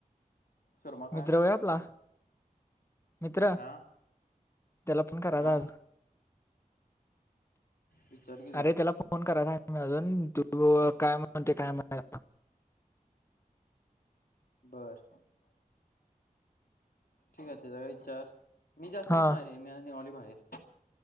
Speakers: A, on the left; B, on the left.
A: शोरमा खाय
B: मित्र होय आपला मित्र
A: हा
B: त्याला पण करा
A: हा
B: जाल?
A: विचार की
B: अरे त्याला फोन करायचा मी अजून तू काय म्हणते काय म्हणा
A: बर ठीक त्याला विचार मी जास्त
B: हा
A: कोण आहे रे. मी आज निघली बाहेर.